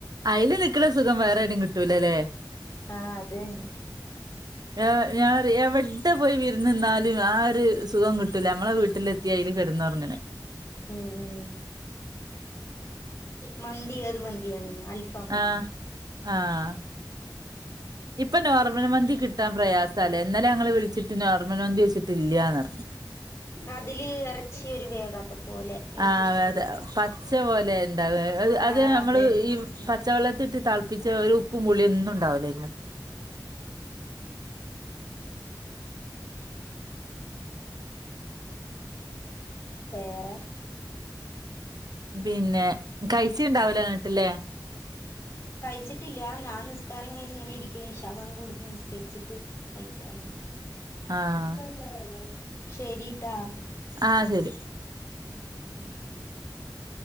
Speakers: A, on the right; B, on the left.
A: അയില് നിക്ക്ണ സുഖം വേറെ ഏടെ കിട്ടൂലല്ലേ
B: ആഹ് അതന്നെ
A: ഞാ ഞാൻ എവിടെ പോയി വിരുന്ന് നിന്നാലും- ത് സുഖം കിട്ടൂല നമ്മളെ വീട്ടിലെത്തി അതിൽ കിടുന്ന്റങ്ങനെ-
B: ഉം ഉം മന്തി അത് മന്തിയാണ് അൽഫാമന്തി-
A: ആഹ് ആഹ് ഇപ്പൊ നോർമൽ മന്തി കിട്ടാൻ പ്രയാസ അല്ലേ ഇന്നലെ ഞങ്ങള് വിളിച്ചിട്ട് നോർമൽ മന്തി ചോയിച്ചിട്ട് ഇല്ലൃന്ന്റിഞ്ഞു-
B: അതില് ഇറച്ചി ഒരു വേകാത്ത പോലെ എനിക്കിഷ്ടപ്പെടില്ല
A: ആതെ പച്ച പോലെ ഉണ്ടാവ അത്
B: ആഹ്
A: നമ്മള്
B: അതന്നെ
A: ഈ പച്ചവെള്ള ത്തിട്ട് തളപ്പിച്ച ഒരു ഉപ്പ് പുളിയൊന്നും ഉണ്ടാവില ഈ മ
B: വെറെ
A: പിന്നെ- കഴിച്ച ഇണ്ടാവലോ എന്നിട്ടില്ലേ
B: കയിച്ചിട്ടില്ല ഞാൻ നിസ്കാരം കയിഞ്ഞ് ഇങ്ങനെ ഇരിക്കണ് ഈശാവാങ്ക് കൊടുത്ത് നിസ്കരിച്ചിട്ട് കഴിക്കാവാന്ത്-
A: ആഹ്
B: <unintelligible> ശരി ട്ടാ
A: ആഹ് ശരി-
B: <inaudible>